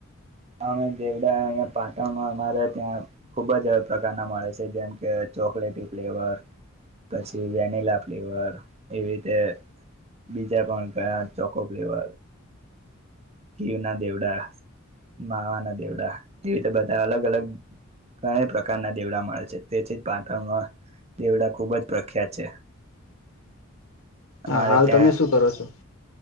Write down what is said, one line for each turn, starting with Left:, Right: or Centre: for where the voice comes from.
Right: અમે દેવડા અહીં પાટણમાં અમારે ત્યાં ખુબ જ પ્રકારના મળે છે જેમ કે ચોકલેટી ફ્લેવર પછી વેનિલા ફ્લેવર એવી રીતે બીજા પણ કયા ચોકો ફ્લેવર ઘીવ ના દેવડા. માવાના દેવડા. એવીતે બધા અલગ અલગ ઘણે પ્રકારના દેવડા મળે છે તેથી પાટણમાં દેવડા ખૂબ જ પ્રખ્યાત છે. અમારે
Left: હા હાલ
Right: ત્યાં
Left: તમે શું કરો છો